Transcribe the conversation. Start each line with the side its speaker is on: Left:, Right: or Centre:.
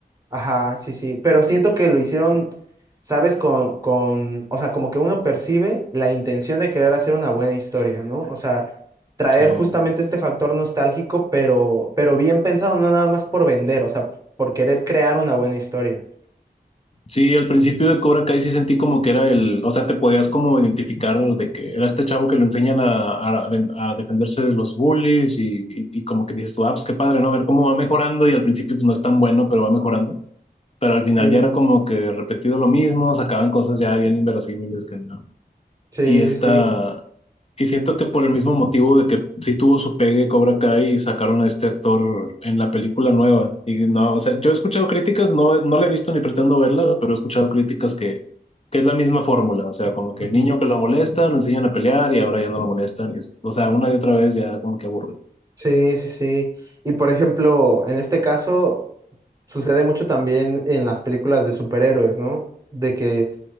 Right: ajá, sí, sí. Pero siento que lo hicieron, ¿sabes? Con, con, o sea, como que uno percibe la intención de querer hacer una buena historia, ¿no? O sea, traer
Left: Sí.
Right: justamente este factor nostálgico, pero, pero bien pensado, no nada más por vender, o sea, por querer crear una buena historia.
Left: Sí, al principio de Cobra Kai sí sentí como que era el, o sea, te podías como identificar de que era este chavo que lo enseñan a, a- a defenderse de los bullies y, y- y como que dices tú, ah, pues qué padre, ¿no? A ver cómo va mejorando y al principio pues no es tan bueno, pero va mejorando. Pero al final
Right: Sí.
Left: ya era como que repetido lo mismo, sacaban cosas ya bien inverosímiles que no.
Right: Sí,
Left: Y esta,
Right: sí, sí.
Left: Y siento que por el mismo motivo de que sí tuvo su pegue Cobra Kai y sacaron a este actor en la película nueva. Y no, o sea, yo he escuchado críticas, no, no la he visto ni pretendo verla, pero he escuchado críticas que, que es la misma fórmula. O sea, como que
Right: Ujú.
Left: el niño que lo molesta, lo enseñan a pelear y ahora ya no lo molestan. Y es- o sea, una y otra vez ya como que aburre.
Right: Sí, sí, sí. Y por ejemplo, en este caso sucede mucho también en las películas de superhéroes, ¿no? De que